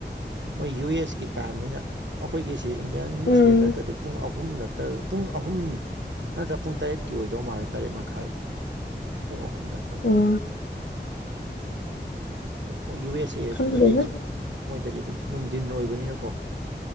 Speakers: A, on the right; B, on the left.
A: ꯃꯣꯏ ꯌꯨ ꯑꯦꯁ ꯀꯤ ꯇꯥꯝꯅꯤꯅ ꯑꯩꯈꯣꯏꯒꯤꯁꯤ ꯏꯟꯗꯤꯌꯥꯟ
B: ꯎꯝ
A: ꯏꯁꯇꯦꯟꯗꯔꯠꯇꯗꯤ ꯄꯨꯡ ꯑꯍꯨꯝ ꯑꯍꯨꯝ ꯅꯠꯇ꯭ꯔꯒ ꯄꯨꯡ ꯑꯍꯨꯝ ꯅꯠꯇ꯭ꯔ ꯄꯨꯡ ꯇꯔꯦꯠꯀꯤ ꯑꯣꯏꯗꯧ ꯃꯥꯜꯂꯦ ꯇꯔꯦꯠ ꯃꯈꯥꯏ ꯄꯨꯡ ꯑꯍꯨꯝ ꯅꯠꯇ꯭ꯔꯒ
B: ꯎꯝ
A: ꯑꯣꯏ ꯌꯨ ꯑꯦꯁ ꯑꯦ
B: ꯈꯪꯗꯦꯗ
A: ꯁꯣꯝꯗꯗꯤ ꯑꯃꯨꯛ ꯃꯣꯏꯗꯗꯤ ꯑꯗꯨꯝ ꯅꯨꯡꯊꯤꯟ ꯑꯣꯏꯕꯅꯤꯅꯀꯣ